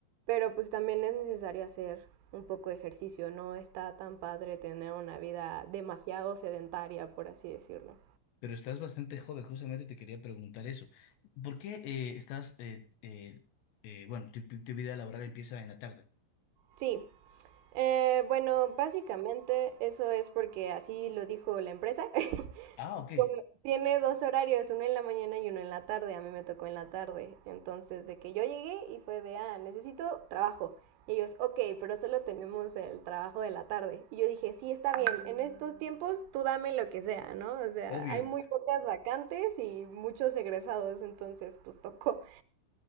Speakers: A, on the right; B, on the left.
A: Pero pues también es necesario hacer un poco de ejercicio, no está tan padre tener una vida demasiado sedentaria, por así decirlo.
B: Pero estás bastante joven, justamente te quería preguntar eso. ¿Por qué eh, estás, eh, eh, eh, bueno, tu, tu vida laboral empieza en la tarde?
A: Sí, eh, bueno, básicamente eso es porque así lo dijo la empresa. <laughs>
B: Ah, ok,
A: Como- tiene dos horarios, uno en la mañana y uno en la tarde. A mí me tocó en la tarde. Entonces, de que yo llegué y fue de, ah, necesito trabajo. Y ellos, ok, pero solo tenemos el trabajo de la tarde. Y yo dije, sí, está bien, en estos tiempos tú dame lo que sea, ¿no? O sea,
B: obvio,
A: hay muy pocas vacantes y muchos egresados, entonces pues tocó.